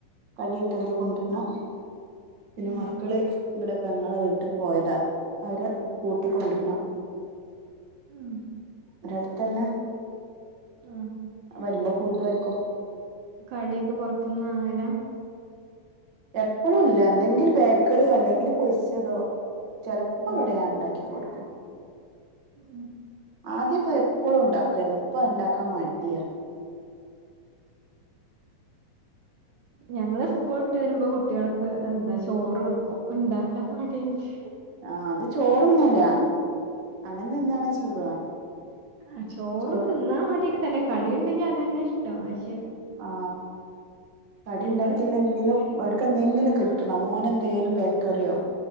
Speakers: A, on the right (about 50°); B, on the right (about 70°).
A: കടിയൊക്കെ എന്തെ കൊണ്ടരണം പിന്നെ
B: ഉം
A: മക്കള് ഇവിടെ പെങ്ങടെ വീട്ടി ട്ട് പോയതാ അവര് കൂട്ടിക്കൊണ്ടരണം
B: ഉം
A: ഒരടുത്തന്നെ
B: ആ
A: വരുമ്പോ കൂട്ടുകാർക്കും
B: കടിയൊക്കെ പോറത്തൂന്ന് വാ ങ്ങലാ
A: എപ്പളും ഇല്ല എന്തെങ്കില് ബേക്കറിയോ അല്ലെങ്കിൽ പൊരിച്ചതോ ചിലപ്പോ
B: ഉം
A: ഇവിടെ ഞാൻ ഇണ്ടാക്കി കൊടുക്കും
B: ഉം
A: ആദ്യൊക്കെ എപ്പളും ഉണ്ടാക്കാരുന്നു ഇപ്പൊ ഇണ്ടാക്കാൻ മടിയാ
B: ഞങ്ങള് സ്കൂളിട്ട് വരുമ്പോ കുട്ടികൾക്ക് എന്താ ചോറ് കൊടുക്കും ഉണ്ടാക്കാൻ മടിയായിട്ടേ
A: ആഅത് ചോറ്ന്നൂല്ല അങ്ങനെ തിന്നാണേ സുഖാ
B: ആ ചോറ്
A: ചോ
B: തിന്നാൻ മടി ക്കെതന്നെ കടി ഇണ്ടെങ്കി അതന്നെ ഇഷ്ടം പ
A: ആ കടി
B: ഞങ്ങള്
A: ഇണ്ടാക്കില്ലെങ്കിലും
B: ചോറ്
A: അവർക്കേന്തെങ്കിലും കിട്ടണം മോന് എന്തേലും ബേക്കറിയോ